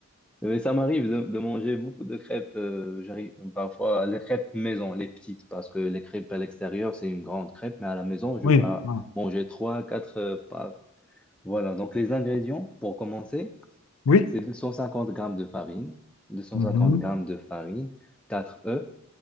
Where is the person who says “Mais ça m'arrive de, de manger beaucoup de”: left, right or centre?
Centre